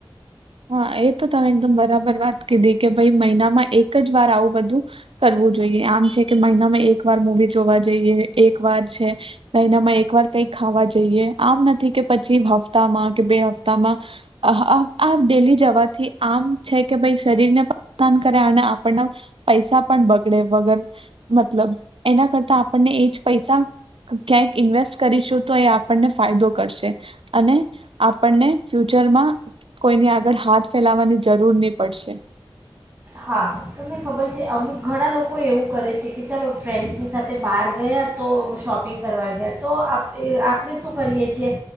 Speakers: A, on the right; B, on the right.
A: હા, એ તો તમે બરાબર વાત કે દે કે મહિનામાં એક જ વાર આવું બધું કરવું જોઈએ કે મહિનામાં એક વાર મુવી જોવા જઈએ વાર છે, મહિનામાં એક વાર કઈ ખાવા જઈએ, આમ નથી કે પછી હપ્તામાં કે બે હપ્તામાં આ ડેલી જવાથી આમ છે કે ભાઈ શરીરને પણાન કરે અને આપણના પૈસા પણ બગડે વગર મતલબ એના કરતા આપણને એ જ પૈસા ક્યાંક ઇન્વેસ્ટ કરીશું તો એ આપણને ફાયદો કરશે અને આપણને ફ્યુચરમાં કોઈને આગળ હાથ ફેલાવાની જરૂર ની પડશે
B: હા, તમને ખબર છે, અમુક ઘણા લોકો એવું કરે છે કે ચાલો ફ્રેન્ડ્સની સાથે બાર ગયા તો શોપિંગ કરવા ગયા તો આપણે શું કરીએ છીએ